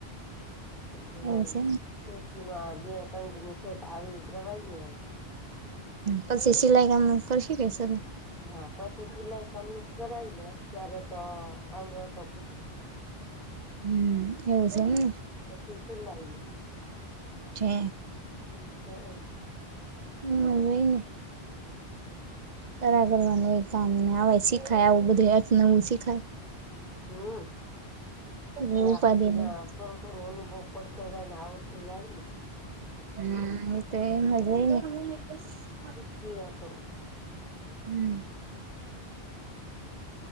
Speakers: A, in the centre; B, on the right (about 50°).
A: <unintelligible>
B: એવું છે
A: બે ત્રણ દમું છે, તો આવી જવાય ને હવે.
B: પછી સિલાઈ કામ ન કરશે કે શરૂ
A: હા પછી સિલાઈ કામનુ જ કરાય ને અત્યારે તો આવડો હતો.
B: હમ એવુ છે, એમ ને.
A: પછી સિલાઈ
B: જે.
A: <unintelligible>
B: હ હોય ને ખરા કરવાનું એ કામ ને આવે <unintelligible> <unintelligible> આવું બધું <unintelligible> નવું શીખાય.
A: હમ એટલે
B: એ
A: આપડું
B: ઉપાધિ
A: બધું.
B: નહી
A: થોડો થોડો અનુભવ પડતો જાય ને આવડતું જાય ને.
B: હા એ તો <unintelligible>
A: શીખીએ તો.
B: હમ્મ